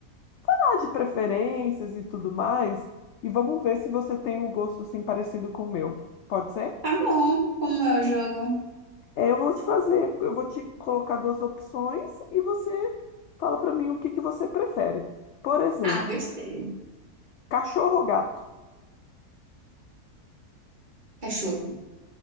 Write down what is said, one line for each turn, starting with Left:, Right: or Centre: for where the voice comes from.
Left: falar de preferências e tudo mais. E vamos ver se você tem um gosto assim parecido com o meu. Pode ser?
Right: Tá bom, como é o jogo?
Left: É, eu vou te fazer, eu vou te colocar duas opções e você fala pra mim o que que você prefere. Por exemplo,
Right: Ah, gostei.
Left: cachorro ou gato?
Right: Cachorro.